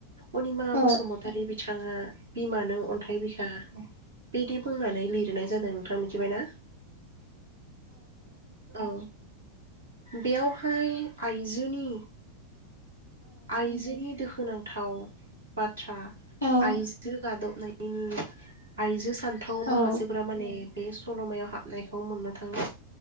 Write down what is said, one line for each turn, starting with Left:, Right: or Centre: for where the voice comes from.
Right: अनिमा
Left: औ
Right: बसुमतारी बिथाङा बिमा नों अन्थाइ बिखा बिदि बुंनानै लिरनाय जादों नोंथाङा मिथिबाय ना? औ बेयावहाय आइजोनि आइजोनि दुखुनांथाव बाथ थ्रा
Left: औ औ
Right: आइजो गादबनाय इनि आइजो स सान्थौ
Left: औ
Right: माखासेफोरा माने बे सल'मायाव हाबनायखौ मोननो थाङो।